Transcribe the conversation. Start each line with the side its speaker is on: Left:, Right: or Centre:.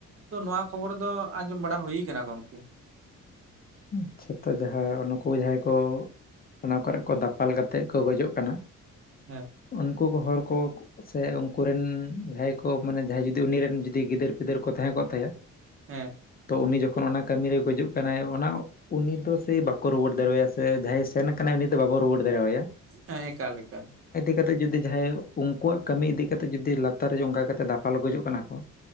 Right: ᱛᱚ ᱱᱚᱣᱟ ᱠᱷᱚᱵᱚᱨ ᱫᱚ ᱟᱸᱡᱚᱢ ᱵᱟᱲᱟ ᱦᱩᱭᱩᱠᱟᱱᱟ ᱜᱚᱝᱠᱮ᱿
Left: ᱟᱪᱪᱷᱟ <unintelligible> ᱡᱟᱦᱟᱸ ᱱᱩᱠᱩ ᱡᱟᱦᱟᱸᱭ ᱠᱚ ᱚᱱᱟ ᱠᱚᱨᱮ ᱠᱚ ᱫᱟᱯᱟᱞ ᱠᱟᱛᱮᱫ ᱠᱚ ᱜᱚᱡᱚᱜ ᱠᱟᱱᱟ᱾
Right: ᱦᱮᱸ
Left: ᱩᱱᱠᱩ ᱠᱚ ᱦᱚᱲ ᱠᱚ᱾ ᱥᱮ ᱩᱱᱠᱩ ᱨᱮᱱ ᱡᱟᱦᱟᱸᱭ ᱠᱚ ᱢᱟᱱᱮ ᱡᱟᱦᱟᱸᱭ ᱡᱩᱫᱤ ᱩᱱᱤ ᱨᱮᱱ ᱡᱩᱫᱤ ᱜᱤᱫᱟᱹᱨ ᱯᱤᱫᱟᱹᱨ ᱠᱚ ᱛᱟᱦᱮᱸ ᱠᱚᱜ ᱛᱟᱭᱟ᱾
Right: ᱦᱮᱸ
Left: ᱛᱚ ᱩᱱᱤ ᱡᱚᱠᱷᱚᱱ ᱚᱱᱟ ᱠᱟᱹᱢᱤᱨᱮ ᱜᱚᱡᱩᱜ ᱠᱟᱱᱟᱭ ᱚᱱᱟ ᱩᱱᱤ ᱫᱚ ᱥᱮᱭ ᱵᱟᱠᱚ ᱨᱩᱣᱟᱹᱲ ᱫᱟᱲᱮᱣᱟᱭᱟ ᱥᱮ ᱡᱟᱦᱟᱸᱭ ᱥᱮᱱ ᱠᱟᱱᱟᱭ ᱩᱱᱤ ᱫᱚ ᱵᱟᱵᱚ ᱨᱩᱣᱟᱹᱲ ᱫᱟᱲᱮᱣᱟᱭᱟ᱾
Right: ᱦᱮᱸ ᱮᱠᱟᱞ ᱮᱠᱟᱞ
Left: ᱤ ᱠᱟᱛᱮ ᱡᱩᱫᱤ ᱡᱟᱦᱟᱸᱭ ᱩᱱᱠᱩᱣᱟᱜ ᱠᱟᱹᱢᱤ ᱤᱫᱤ ᱠᱟᱛᱮ ᱡᱩᱫᱤ ᱞᱟᱛᱟᱨ ᱨᱮ ᱚᱱᱠᱟ ᱠᱟᱛᱮ ᱫᱟᱯᱷᱟᱞ ᱜᱚᱡᱚᱜ ᱠᱟᱱᱟ ᱠᱚ᱾